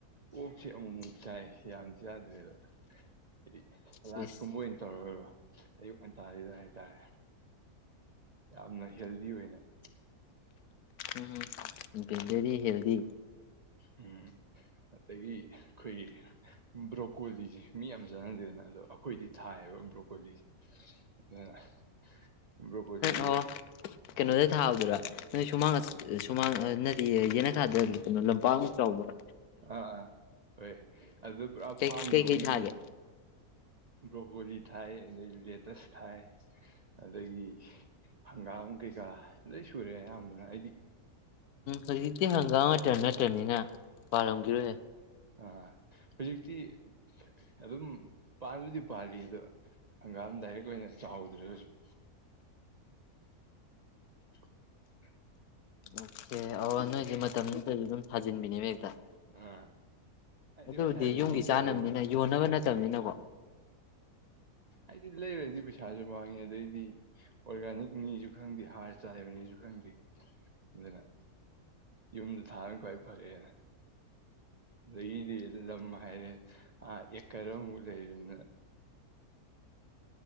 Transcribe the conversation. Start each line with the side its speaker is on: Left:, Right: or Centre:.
Right: ꯑꯣꯛꯁꯤ ꯑꯃꯨꯛꯃꯨꯛ ꯆꯥꯏ ꯌꯥꯝ ꯆꯥꯗ꯭ꯔꯦꯗꯣ ꯍꯥꯏꯗꯤ
Left: ꯁꯤꯁ
Right: ꯑꯥꯠꯀꯨꯝꯕ ꯑꯣꯏꯅ ꯇꯧꯔꯣꯏꯔ ꯑꯨ ꯉꯥꯇꯥꯁꯤꯗ ꯍꯥꯏꯇꯥꯔ ꯌꯥꯝꯝ ꯅ ꯍꯦꯜꯗꯤ ꯑꯣꯏꯅꯅ
Left: ꯎꯝ ꯕꯦꯂꯦꯔꯤ ꯍꯦꯜꯔꯤ
Right: ꯎꯝ ꯑꯗꯒꯤ ꯑꯈꯣꯏꯒꯤ ꯕ꯭ꯔꯣꯀꯣꯂꯤꯁꯦ ꯃꯤ ꯌꯥꯝ ꯆꯥꯟꯅꯗꯦꯗꯅ ꯑꯗꯣ ꯑꯩꯈꯣꯏꯗꯤ ꯊꯥꯏꯌꯦꯕ ꯕ꯭ꯔꯣꯀꯣꯂꯤꯁꯦ ꯑꯗꯨꯅ ꯕ꯭ꯔꯣꯀꯣꯂꯤꯁꯦ
Left: ꯑꯣ ꯀꯩꯅꯣ ꯊꯥꯕꯗꯔꯥ ꯅꯣꯏ ꯁꯨꯃꯥꯡ ꯁꯨꯃꯥꯡ ꯅꯗꯤ ꯌꯦꯅꯊꯥꯗ ꯀꯩꯅꯣ ꯂꯝꯄꯥꯛꯃꯨꯛ ꯆꯥꯎꯕ꯭ꯔꯥ꯫
Right: ꯑꯥ ꯑꯥ ꯍꯣꯏ ꯑꯗꯨ ꯄꯨꯔꯥ
Left: ꯀꯩ
Right: ꯐꯥꯝꯗꯧꯅꯅꯦ
Left: ꯀꯩꯀꯩ ꯊꯥꯒꯦ
Right: ꯕ꯭ꯔꯣꯀꯣꯂꯤ ꯊꯥꯌꯦ ꯑꯗꯩ ꯂꯦꯇꯁ ꯊꯥꯏ ꯑꯗꯒꯤ ꯍꯪꯒꯥꯝ ꯀꯩꯀꯥ ꯂꯣꯏ ꯁꯨꯔꯦ ꯑꯌꯥꯝꯕꯅ ꯍꯥꯏꯗꯤ
Left: ꯍꯧꯖꯥꯛꯇꯤ ꯍꯪꯒꯥꯝ ꯃꯇꯝ ꯅꯠ ꯇꯅꯤꯅ ꯄꯥꯜꯂꯝꯈꯤꯔꯣꯏꯍꯦ꯫
Right: ꯑꯥ ꯍꯧꯖꯤꯛꯇꯤ ꯑꯗꯨꯝ ꯄꯥꯟꯕꯗꯤ ꯄꯥꯜꯂꯤ ꯑꯗꯣ ꯍꯪꯒꯥꯝ ꯗꯥꯏꯔꯦꯛ ꯑꯣꯏꯅ ꯆꯥꯎꯍꯧꯗ꯭ꯔꯦ ꯍꯧꯖꯤꯛ꯫ <unintelligible>
Left: ꯎꯝ꯫ ꯑꯦ ꯑꯋꯣ ꯅꯣꯏꯗꯤ ꯃꯇꯝꯗꯨꯗꯗꯤ ꯑꯗꯨꯝ ꯊꯖꯤꯟꯕꯤꯅꯦꯕ ꯍꯦꯛꯇ ꯫
Right: ꯑꯥ꯫ ꯍꯥꯏꯗꯤ
Left: ꯑꯗꯨꯕꯨꯗꯤ
Right: ꯃꯁꯥꯏ ꯑꯗꯨꯝ
Left: ꯌꯨꯝꯒꯤ
Right: ꯍꯧꯖꯔ
Left: ꯆꯥꯅꯕꯅꯤꯅ
Right: ꯂꯩꯕꯋꯥꯅꯤ
Left: ꯌꯣꯟꯅꯕ ꯅꯠꯇꯕꯅꯤꯅ
Right: ꯑꯩꯗꯤ ꯂꯩꯔꯗꯤ ꯄꯩꯁꯥꯥꯖꯨ ꯃꯥꯡꯉꯦ ꯑꯗꯩꯗꯤ ꯑꯣꯔꯒꯥꯅꯤꯛꯅꯤꯁꯨ ꯈꯪꯗꯦ ꯍꯥꯔ ꯆꯥꯏꯕꯅꯤꯁꯨ ꯈꯪꯗꯦ ꯑꯗꯨꯅ ꯌꯨꯝꯗ ꯊꯥꯕꯅ ꯈ꯭ꯋꯥꯏ ꯐꯔꯑꯦꯅ ꯑꯗꯒꯤꯗꯤ ꯂꯝ ꯍꯥꯏꯔꯦ ꯑ ꯑꯦꯀꯔꯃꯨꯛ ꯂꯩꯔꯤꯅꯤꯅ꯫